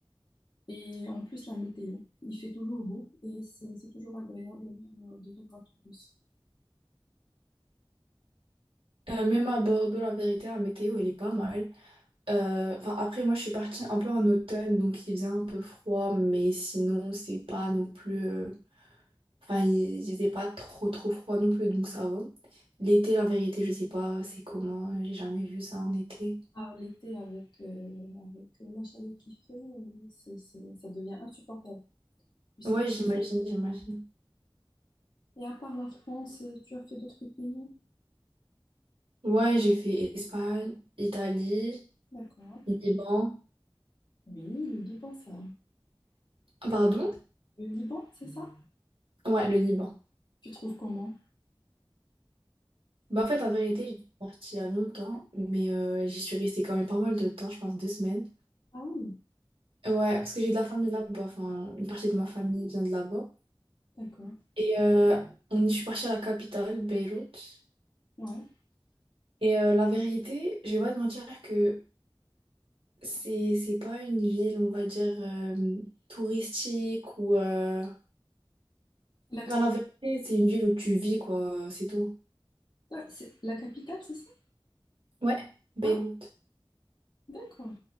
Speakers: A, on the left; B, on the right.
A: Et en plus, la météo, il fait toujours beau et c'est c'est toujours agréable euh, de vivre à Toulouse.
B: Euh, même à Bordeaux, la vérité, la météo, elle est pas mal. Euh, Enfin, après, moi, je suis partie un peu en automne, donc il faisait un peu froid, mais sinon, c'est pas non plus... euh, Enfin, il il faisait pas trop, trop froid non plus, donc ça va. L'été, la vérité, je sais pas c'est comment, euh, j'ai jamais vu ça en été.
A: À l'été, avec, euh, avec la chaleur qu'il fait, euh, c'est, c'est- ça devient insupportable. Tu sais.
B: Ouais, j'imagine, j'imagine.
A: Et à part la France, euh, tu as fait d'autres pays?
B: Ouais, j'ai fait Espagne, Italie,
A: D'accord.
B: Liban.
A: Oui, le Liban, ça.
B: Ah, Pardon?
A: Le Liban, c'est ça?
B: Ouais, le Liban.
A: Tu trouves comment?
B: Bah, en fait, en vérité, j'étais partie il y a longtemps, mais euh, j'y suis restée quand même pas mal de temps, je pense deux semaines.
A: Ah oui,
B: Ouais, parce que j'ai de la famille là-bas, enfin, une partie de ma famille vient de là-bas.
A: d'accord.
B: Et euh, on y- je suis partie à la capitale, Beyrouth.
A: Ouais.
B: Et euh, la vérité, je vais pas te mentir que c'est, c'est pas une ville, on va dire, euh, touristique ou... euh,
A: La capitale,
B: Enfin, la vérité, c'est une ville où tu vis, quoi, c'est tout.
A: c'est la capitale, c'est ça?
B: Ouais, Beyrouth.
A: Ah oui, d'accord.